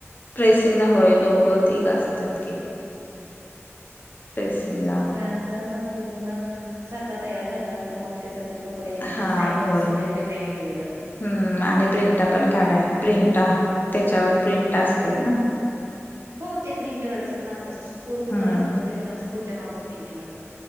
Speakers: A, on the left; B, on the right.
A: प्रेसिंगला होय दोघं तिघं असत्यात की. प्रेसिंगला
B: म्हणजे सगळ्यांच असं पूर्ण साचा तयार झाल्यानंतर मग ते सगळे कप डेसाईज
A: हा
B: वाईज
A: होय
B: सगळे वेगवेगळे केले जातात.
A: हम्म आणि प्रिंटा पण काढाय प्रिंटा. त्याच्यावर प्रिंटा असत्यात ना.
B: हो ते प्रिंटरच पण असतात. स्कूलचं
A: हम्म
B: जर असेल तर त्या स्कूलच्या नावचं प्रिंटिंग असतं.